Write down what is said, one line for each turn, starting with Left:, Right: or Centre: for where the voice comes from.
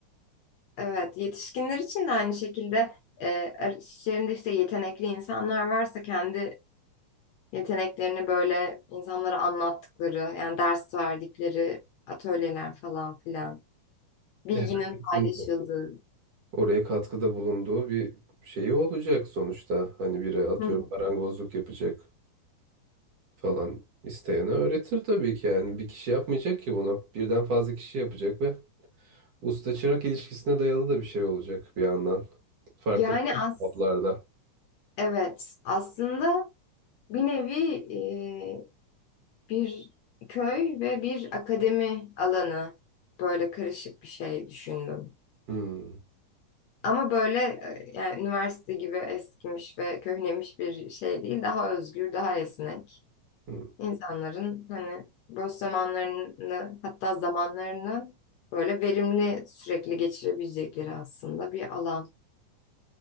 Left: Evet, yetişkinler için de aynı şekilde e, işlerinde işte yetenekli insanlar varsa kendi yeteneklerini böyle insanlara anlattıkları, yani ders verdikleri atölyeler falan filan, bilginin
Right: <laughs>
Left: paylaşıldığı.
Right: oraya katkıda bulunduğu bir şeyi olacak sonuçta. Hani biri atıyorum
Left: Hı hı.
Right: marangozluk yapacak falan isteyene öğretir tabii ki yani bir kişi yapmayacak ki bunu. Birden fazla kişi yapacak ve usta çırak ilişkisine dayalı da bir şey olacak bir yandan. Farklı
Left: Yani
Right: farklı
Left: as
Right: kaplarda.
Left: evet, aslında bir nevi e, bir köy ve bir akademi alanı böyle karışık bir şey düşündüm.
Right: Hmm.
Left: Ama böyle e, yani üniversite gibi eskimiş ve köhnemiş bir şey değil. Daha özgür, daha esnek.
Right: hmm.
Left: İnsanların hani boş zamanlarını hatta zamanlarını böyle verimli sürekli geçirebilecekleri aslında bir alan.